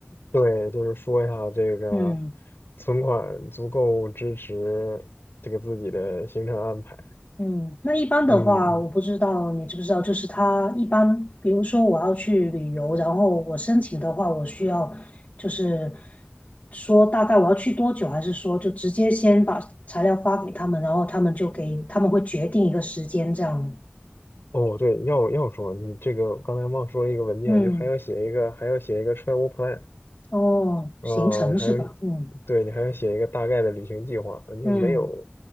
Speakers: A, on the left (about 65°); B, on the left (about 40°).
A: 对，就是说一下这个
B: 嗯。
A: 存款足够支持这个自己的行程安排。
B: 嗯，那一般的话，
A: 嗯嗯，
B: 我不知道你知不知道，就是他一般，比如说我要去旅游，然后我申请的话，我需要就是说大概我要去多久，还是说就直接先把材料发给他们，然后他们就给他们会决定一个时间这样。
A: 哦对，要要说你这个刚才忘说了一个文件，
B: 嗯，
A: 就还要写一个还要写一个 travel plan。
B: 哦，
A: 哦，
B: 行程是吧？
A: 还有，
B: 嗯
A: 对，你还要写一个大概的旅行计划，就没有
B: 嗯，